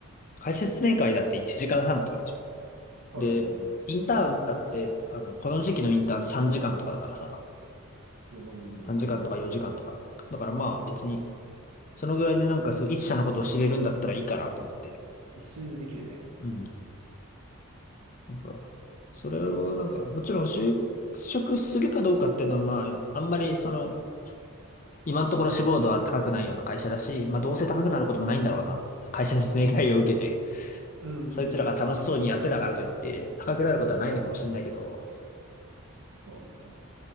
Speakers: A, on the left; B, on the right.
A: 解説明会だって1時間半とかでしょ。
B: そうだね。
A: で、インターンだって、あの、この時期のインターン3時間とかだからさ、
B: うんうん
A: 3時間とか4時間とか。だからまあ別に、そのぐらいでなんかそう、一社のことを知れるんだったらいいかなと思って。
B: 一瞬でできるね。
A: うん。なんか、それをなんか、もちろん就職するかどうかっていうのはまあ、あんまりその、今のところ志望度は高くないような会社だし、まあどうせ高くなることもないんだろうな。
B: うん。
A: 会社説明会を受けて。
B: うんうんうん。
A: そいつらが楽しそうにやってたからといって、高くなることはないのかもしれないけど、
B: そうね。